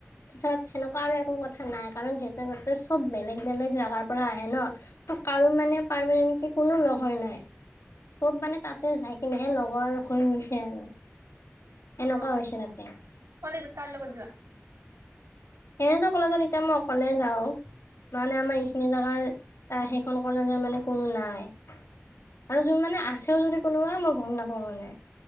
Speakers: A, on the left (about 75°); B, on the right (about 85°).
A: কিতাত সেনেকুৱা আৰু একো কথা নাই কাৰণ যিহেতু তাতে চব বেলেগ বেলেগ জোগাৰ পৰা আহে ন ত কাৰো মানে- মানে পাৰ্মেন্তকে কোনো নহয় মানে- চব মানে তাতে যাই কিনেহে লগৰ হৈ গৈছে। আৰু সেনেকুৱা
B: অ
A: হৈছে তাতে-
B: কলেজত কাৰ লগত যোৱা
A: এনেতো কলেজত এতিয়া মই অকলে যাওঁ মানে আমাৰ এইখিনি জোগাৰ ত সেইখন কলেজৰ মানে কোনো নাই আৰু যোন মানে আছেও যদি কোনোবা মই গম নাপাওঁ মানে